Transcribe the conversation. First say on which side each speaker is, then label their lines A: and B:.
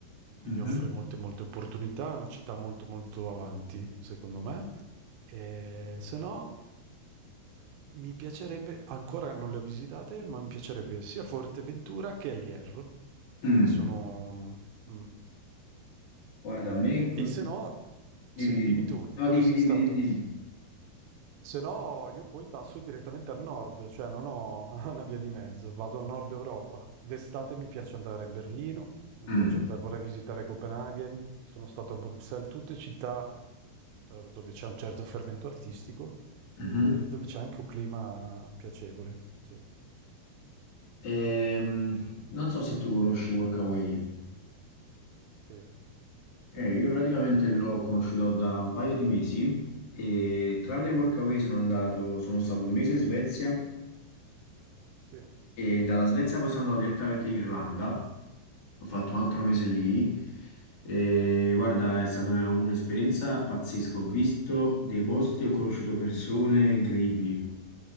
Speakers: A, on the right (about 75°); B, on the left (about 50°).
A: quindi
B: mhm,
A: offre molte, molte opportunità. È una città molto, molto avanti, secondo me. E se no. Mi piacerebbe ancora non le ho visitate, ma mi piacerebbe sia Forteventura che El Hierro,
B: mm.
A: che sono mh.
B: Guarda, a me qui...
A: E se no, sì,
B: Dimmi, dimmi.
A: dimmi tu,
B: No,
A: dove
B: dimmi,
A: sei
B: dimmi,
A: stato?
B: dimmi, dimmi.
A: Se no, io poi passo direttamente al nord, cioè non ho <laughs> una via di mezzo, vado al nord Europa. D'estate mi piace andare a Berlino, mi
B: Mm,
A: piace andare, vorrei visitare Copenaghen, sono stato a Bruxelles, tutte città eh, dove c'è un certo fermento artistico,
B: mhm.
A: eh, e dove c'è anche un clima piacevole. Sì,
B: Ehm, non so se tu conosci Workaway.
A: sì.
B: Eh, io praticamente l'ho conosciuto da un paio di mesi e tramite
A: Mhm.
B: Workaway sono andato, sono stato un mese in Svezia
A: Sì.
B: E dalla Svezia poi sono andato direttamente in Irlanda, ho fatto un altro mese lì e guarda, è stata una- un'esperienza pazzesca, ho visto dei posti, ho conosciuto persone incredibili.